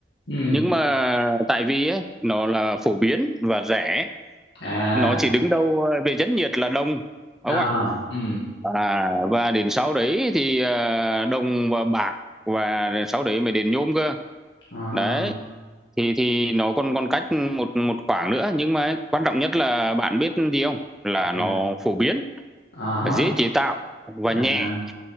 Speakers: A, on the left; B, in the centre.
A: ừ
B: nhưng mà tại vì ấy, nó là phổ biến và rẻ
A: à
B: nó chỉ đứng đâu ờ, về dẫn nhiệt là đồng ông
A: à
B: ạ
A: ừ
B: à, và đến sau đấy thì ờ, đồng và bạc và sau đấy mới đến nhôm cơ
A: à
B: đấy thì thì nó còn còn cách một một khoảng nữa nhưng mà quan trọng nhất là bạn biết gì không là nó
A: sao?
B: phổ biến
A: à hả
B: dễ chế tạo và
A: à
B: nhẹ